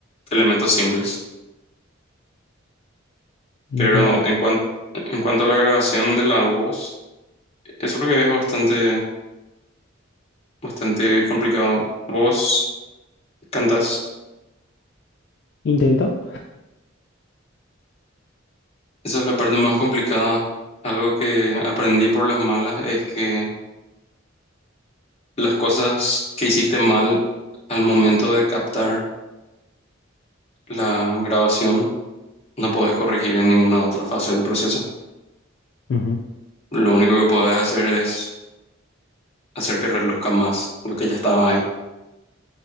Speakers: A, on the left; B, on the left.
A: elementos simples. Pero
B: Interesante.
A: en cuan- en cuanto a la grabación de la voz, eso es lo que es bastante, bastante complicado. ¿Vos cantas?
B: Intento.
A: Esa es la parte más complicada. Algo que aprendí por las malas es que las cosas que hiciste mal al momento de captar la grabación no podés corregir en ninguna otra fase del proceso.
B: Ujú.
A: Lo único que podés hacer es hacer que reluzca más lo que ya estaba ahí.